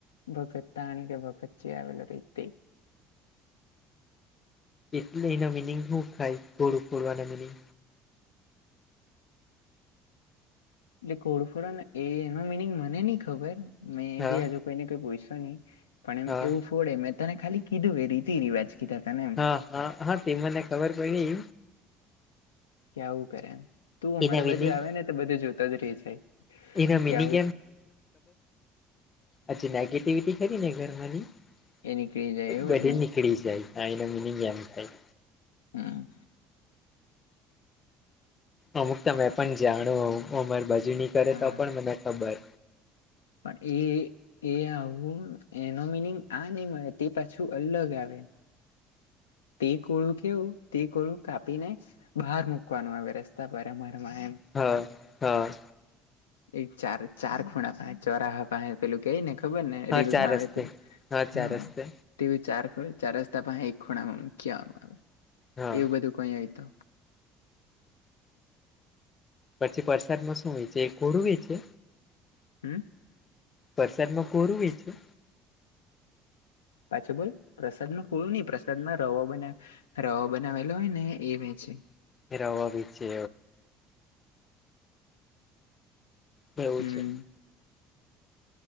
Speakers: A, on the left; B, on the left.
A: ભગતતાણી કે ભગતજી જે આવેલ રેય તે
B: એટલે એના મિનિંગ હું થાય? ગોરું ફોરવાના મિનિંગ?
A: એટલે કોડફોડને એ એનો મિનિંગ મને ની ખબર મેં
B: હા
A: ભી હજુ તને કોઈ પૂયશુ ની પણ એમ
B: હા
A: એવું ફોડે મેં તને ખાલી કીધું એ રીતિ રિવાજ કીધા તને એમ
B: હા હા હા તે મને કવર પયડી.
A: કે આવું કરે એમ. તું અમારા
B: એના મિનિંગ
A: બાજુ આવે ને તો બધું જોતા જ રહી જાય,
B: એના
A: કે
B: મિનિંગ
A: આવુંહું
B: અજી નાયકિ એક્ટિવિટી કરીને ઘરમાંની
A: એ નીકળી જાય એવું
B: બધી
A: જ ને
B: નીકળી જાય હ એનો મીનિંગ એમ થાય
A: હા.
B: અમુક તો મેં પણ જાણું. અમાર બાજુની કરે
A: હા
B: તો પણ મને ખબર
A: પણ એ એ આવું એનો મિનિંગ આ નઈ મળે તે પાછું અલગ આવે. તે કોળું કેવું તે કોળું કાપીને બહાર મૂકવાનું આવે રસ્તા પર અમારેમાં એમ
B: હ હ.
A: એ ચાર ચાર ખુણા પાહે ચોરાહ પાહે પેલું કેઈ ને ખબર ને
B: હા
A: રીલમાં
B: ચાર
A: આવે
B: રસ્તે
A: તે
B: હા ચાર
A: હ.
B: રસ્તે
A: તેવું ચાર ખ ચાર રસ્તા પાસે એક ખૂણામાં મકી આવવા નું
B: હા
A: એવુ બધું કઈ હોય તો.
B: પછી વરસાદમાં શું વેચે? એ કોડું વેચે?
A: હમ્મ
B: પરસાદમાં કોરું વેચે?
A: પાછો બોલ પ્રસાદ માં કોરું ની પ્રસાદમાં રવા બના રવો બનાવેલો હોય ને એ વેચે.
B: એ રવો વેચે એવું
A: હમ
B: છે.